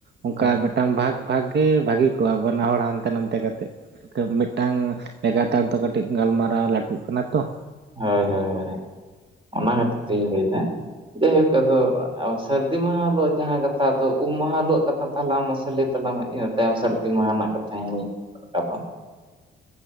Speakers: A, on the right; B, on the right.
A: ᱚᱱᱠᱟ
B: ᱦᱮᱸ
A: ᱢᱤᱫᱴᱟᱝ ᱵᱷᱟᱜᱽ ᱵᱷᱟᱜᱽ ᱜᱮ ᱵᱷᱟᱹᱜᱤ ᱠᱚᱜᱼᱟ ᱵᱟᱱᱟ ᱦᱚᱲ ᱦᱟᱱᱛᱮ ᱱᱟᱱᱛᱮ ᱠᱟᱛᱮᱜ ᱢᱤᱫ ᱴᱟᱝ ᱞᱮᱜᱟᱛᱟᱲ ᱫᱚ ᱠᱟᱹᱴᱤᱡ ᱜᱟᱞᱢᱟᱨᱟᱣ ᱞᱟᱹᱴᱩᱜ ᱠᱟᱱᱟ ᱛᱚ
B: ᱦᱳᱭ ᱦᱳᱭ ᱦᱳᱭ ᱚᱱᱟ <inaudible> ᱛᱤᱜᱤᱧ ᱞᱟᱹᱭ ᱫᱟ ᱡᱟᱭ ᱦᱳᱠ ᱟᱫᱚ ᱥᱟᱹᱨᱫᱤ ᱢᱟᱦᱟ ᱦᱤᱞᱳᱜ ᱡᱟᱦᱟᱸ ᱠᱟᱛᱷᱟ ᱩᱢ ᱢᱟᱦᱟ ᱦᱤᱞᱳᱜ ᱠᱟᱛᱷᱟ ᱛᱚ ᱛᱟᱦᱚᱞᱮ ᱟᱢ ᱢᱟᱥᱮ ᱛᱟᱞᱟᱝ ᱢᱮ ᱤᱱᱟᱹ ᱛᱟᱭᱚᱢ ᱥᱟᱹᱨᱫᱤ ᱢᱟᱦᱟ ᱨᱮᱱᱟᱜ ᱠᱟᱛᱷᱟᱧ ᱨᱟᱠᱟᱵᱟ